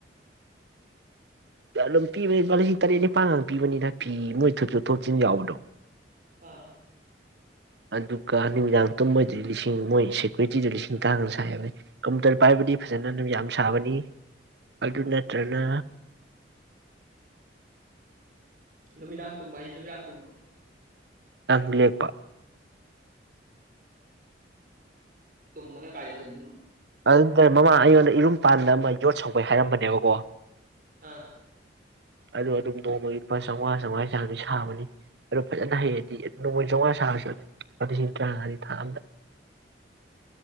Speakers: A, on the right; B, on the right.
A: ꯑꯗꯨꯝ ꯄꯤꯕꯅꯤꯄꯥ ꯂꯤꯁꯤꯡ ꯇꯔꯦꯠ ꯅꯤꯄꯥꯟꯒ ꯄꯤꯕꯅꯤꯅ ꯐꯤ ꯃꯣꯏ ꯊꯨꯞ ꯆꯨꯠ ꯊꯣꯛꯆꯤꯟꯟ ꯌꯥꯎꯕꯗꯣ
B: ꯑꯥ
A: ꯑꯗꯨꯒ ꯅꯨꯃꯤꯗꯥꯡ ꯇꯨꯝꯕꯩꯗꯗꯤ ꯂꯤꯁꯤꯡ ꯃꯣꯏ ꯁꯦꯀ꯭ꯨꯔꯤꯇꯤꯗ ꯂꯤꯁꯤꯡ ꯇꯔꯥꯉꯥ ꯁꯥꯏꯕꯅꯤ ꯀꯝꯄꯨꯇꯔ ꯄꯥꯏꯕꯗꯤ ꯐꯖꯅ ꯅꯨ ꯌꯥꯝ ꯁꯥꯕꯅꯤ ꯑꯗꯨ ꯅꯠꯇ꯭ꯔꯒꯅ
B: ꯅꯨꯃꯤꯗꯥꯡ ꯇꯨꯝꯕ ꯍꯥꯏꯁꯤ ꯅꯨꯃꯤꯗꯥꯡ ꯇꯨꯝꯕꯥ
A: ꯑꯂ‌ꯦꯛꯄꯥ
B: ꯇꯨꯝꯕꯅꯥ ꯃꯅ ꯀꯥꯏꯗ ꯇꯨꯃꯤꯅꯣ
A: ꯑꯗꯨ ꯇꯔꯦ ꯃꯃꯥꯡ ꯑꯩꯉꯣꯟꯗ ꯏꯔꯨꯝꯄꯥꯟꯗ ꯑꯃ ꯌꯣꯠ ꯁꯧꯕꯩ ꯍꯥꯏꯔꯝꯕꯅꯦꯕꯀꯣ
B: ꯑꯥ
A: ꯑꯗꯨꯗ ꯑꯗꯨꯝ ꯅꯣꯡꯃ ꯂꯨꯄꯥ ꯆꯥꯝꯃꯉꯥ ꯆꯥꯝꯃꯉꯥꯒꯤ ꯆꯥꯡꯗꯤ ꯁꯥꯕꯅꯤ ꯑꯗꯨꯗꯣ ꯐꯖꯅ ꯍꯩꯔꯗꯤ ꯅꯣꯡꯃꯩ ꯆꯥꯝꯃꯉꯥ ꯁꯥꯔꯁꯨ ꯑꯗꯨꯝ ꯂꯨꯄꯥ ꯂꯤꯁꯤꯡ ꯇꯔꯥꯃꯉꯥꯅꯤ ꯊꯥ ꯑꯃꯝꯗ